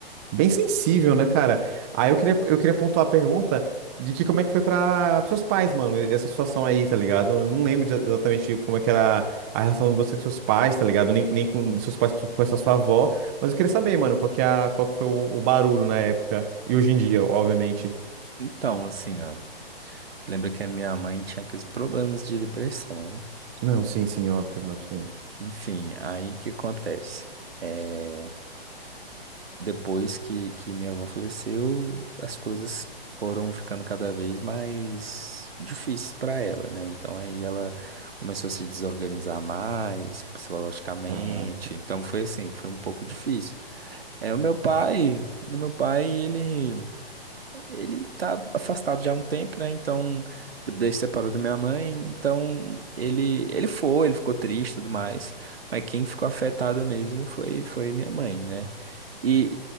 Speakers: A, on the right; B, on the right.
A: Bem sensível, né, cara? Aí eu queria, eu queria pontuar a pergunta de que como é que foi para seus pais, mano, essa situação aí, tá ligado? Eu não lembro de- exatamente como é que era a relação de você com seus pais, tá ligado? Nem, nem com seus pais com, com essa sua avó, mas eu queria saber, mano, qual que, é a, qual que foi o, o barulho na época e hoje em dia, obviamente.
B: Então, assim, ó, lembra que a minha mãe tinha aqueles problemas de depressão, né?
A: Não, sim, sim, óbvio, óbvio, sim.
B: Enfim, aí o que acontece? É, depois que, que minha avó faleceu, as coisas foram ficando cada vez mais difíceis para ela, né? Então aí ela começou a se desorganizar mais psicologicamente.
A: Caraca.
B: Então foi assim, foi um pouco difícil. É, o meu pai, o meu pai, ele, ele tá afastado já há um tempo, né? Então, desde que separou da minha mãe, então ele, ele foi, ele ficou triste e tudo mais, mas quem ficou afetada mesmo foi, foi minha mãe, né? E,